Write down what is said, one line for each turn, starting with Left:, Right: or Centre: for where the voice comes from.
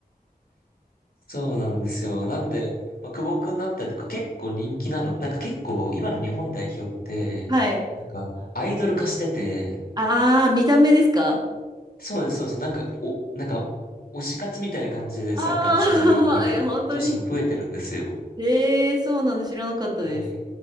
Left: そうなんですよ。なんで、まあ、久保くんだったりとか、結構人気なの。なんか結構、今の日本代表って、
Right: はい。
Left: なんか、アイドル化してて、
Right: ああ見た目ですか
Left: そうです、そうです。なんか、お、なんか、推し活みたいな感じでサッカーのスタジアムに行くみたいな女子も増えてるんですよ。
Right: ああ、<laughs> いや、本当に。へえ、そうなんで知らなかったです。
Left: はい。